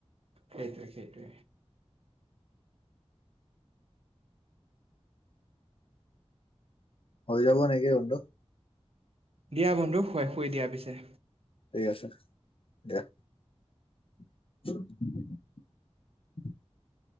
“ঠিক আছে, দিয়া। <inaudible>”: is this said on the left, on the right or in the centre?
Left